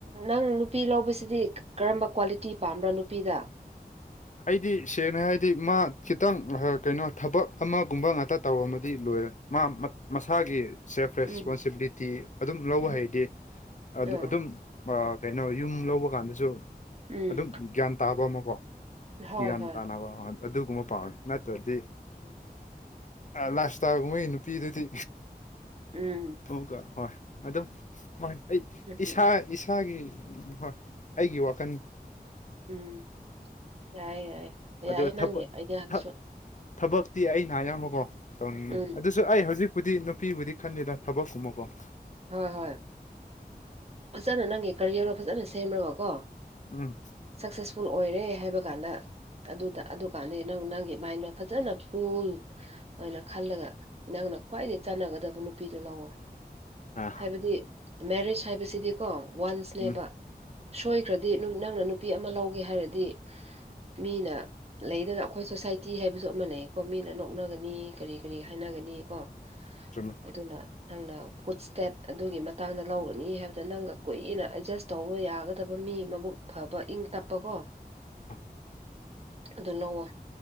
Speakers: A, on the right (about 40°); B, on the left (about 50°).
A: ꯅꯪ ꯅꯨꯄꯤ ꯂꯧꯕꯁꯤꯗꯤ ꯀꯔꯝꯕ ꯀ꯭ꯋꯥꯂꯤꯇꯤ ꯄꯥꯝꯕ꯭ꯔ ꯅꯨꯄꯤꯗ
B: ꯑꯩꯗꯤ ꯁꯦꯡꯅ ꯍꯥꯏꯗꯤ ꯃꯥ ꯈꯤꯇꯪ ꯀꯩꯅꯣ ꯊꯕꯛ ꯑꯃꯒꯨꯝꯕ ꯉꯥꯛꯇ ꯇꯧꯔꯝꯃꯗꯤ ꯂꯣꯏꯔꯦ ꯃꯥ ꯃꯁꯥꯒꯤ ꯁꯦꯜꯐ ꯔꯦꯁꯄꯣꯟꯁꯤꯕꯤꯂꯤꯇꯤ
A: ꯎꯝ
B: ꯑꯗꯨꯝ ꯂꯧꯕ
A: ꯎꯝ
B: ꯍꯩꯔꯗꯤ
A: ꯑꯥ
B: ꯑꯗꯨꯝ ꯑꯥ ꯀꯩꯅꯣ ꯌꯨꯝ ꯂꯧꯕ ꯀꯥꯟꯗꯁꯨ
A: ꯎꯝ
B: ꯑꯗꯨꯝ ꯒ꯭ꯌꯥꯟ ꯇꯥꯕ ꯑꯃꯀꯣ
A: ꯍꯣꯏ
B: ꯒꯌ꯭ꯥꯟ
A: ꯍꯣꯏ
B: ꯇꯥꯅꯕ ꯑꯗꯨꯒꯨꯝꯕ ꯄꯥꯝꯃꯦ ꯅꯠ ꯅꯠꯇꯔꯗꯤ
A: ꯎꯝ
B: ꯂꯥꯏꯞ ꯏꯁꯇꯥꯏꯟꯒꯨꯝꯕꯒꯤ ꯅꯨꯄꯤꯗꯨꯗꯤ
A: ꯎꯝ
B: ꯑꯃꯨꯛꯀ ꯍꯣꯏ ꯑꯗꯨꯝ ꯍꯣꯏ ꯑꯩ
A: ꯎꯝ
B: ꯏꯁꯥ ꯏꯁꯥꯒꯤ ꯍꯣꯏ ꯑꯩꯒꯤ ꯋꯥꯈꯟꯅꯤ
A: ꯎꯝ ꯌꯥꯏ ꯌꯥꯏꯌꯦ ꯌꯥꯏꯌꯦ
B: ꯑꯗꯨ
A: ꯅꯪꯒꯤ
B: ꯊꯕꯛ
A: ꯑꯥꯏꯗꯤꯌꯥꯗꯨꯁꯨ
B: ꯊ ꯊꯕꯛꯇꯤ ꯑꯩꯅ ꯑꯌꯥꯝꯕꯀꯣ ꯇꯧꯅꯤꯡꯉꯤ
A: ꯎꯝ
B: ꯑꯗꯨ ꯁꯨ ꯑꯩ ꯍꯧꯖꯤꯛꯄꯨꯗꯤ ꯅꯨꯄꯤꯕꯨꯗꯤ ꯈꯟꯗꯦꯗ ꯊꯕꯛꯀꯨꯝꯕꯀꯣ
A: ꯍꯣꯏ ꯍꯣꯏ ꯐꯖꯅ ꯅꯪꯒꯤ ꯀꯦꯔꯤꯌꯔ ꯐꯖꯅ ꯁꯦꯝꯕꯀꯣ
B: ꯎꯝ
A: ꯁꯛꯁꯦꯁꯐꯨꯜ ꯑꯣꯏꯔꯦ ꯍꯥꯏꯕ ꯀꯥꯟꯗ ꯑꯗꯨ ꯑꯗꯨ ꯀꯥꯟꯗꯗꯤ ꯅꯪ ꯅꯪꯒꯤ ꯃꯥꯏꯟꯗꯣ ꯐꯖꯅ ꯀꯨꯜ ꯑꯣꯏꯅ ꯈꯜꯂꯒ ꯅꯪꯅ ꯈ꯭ꯋꯥꯏꯗꯒꯤ ꯆꯥꯟꯅꯒꯗꯕ ꯅꯨꯄꯤꯗꯨ ꯂꯧꯑꯣ
B: ꯑ
A: ꯍꯥꯏꯕꯗꯤ ꯃꯦꯔꯤꯖ ꯍꯥꯏꯕꯁꯤꯗꯤꯀꯣ ꯋꯥꯟꯁꯅꯦꯕ
B: ꯎꯝ
A: ꯁꯣꯏꯈ꯭ꯔꯗꯤ ꯅꯪꯅ ꯅꯨꯄꯤ ꯑꯃ ꯂꯧꯒꯦ ꯍꯥꯏꯔꯗꯤ ꯃꯤꯅ ꯂꯩꯗꯅ ꯑꯩꯈꯣꯏ ꯁꯣꯁꯥꯏꯇꯤ ꯍꯥꯏꯕꯁꯨ ꯑꯃ ꯂꯩꯀꯣ ꯃꯤꯅ ꯅꯣꯛꯅꯒꯅꯤ ꯀꯔꯤ ꯀꯔꯤ ꯍꯥꯏꯅꯒꯅꯤ ꯀꯣ
B: ꯆꯨꯝꯃꯦ
A: ꯑꯗꯨꯅ ꯅꯪꯅ <unintelligible> ꯁ꯭ꯇꯦꯞ ꯑꯗꯨꯒꯤ ꯃꯇꯥꯡꯗ ꯂꯧꯔꯅꯤ ꯍꯥꯏꯕꯗ ꯅꯪꯒ ꯀꯨꯏꯅ ꯑꯦꯗꯖꯁ ꯇꯧꯕ ꯌꯥꯒꯗꯕ ꯃꯤ ꯃꯕꯨꯛ ꯐꯕ ꯏꯪ ꯇꯞꯄꯀꯣ
B: <unintelligible>
A: ꯑꯗꯨ ꯅꯧꯋꯥ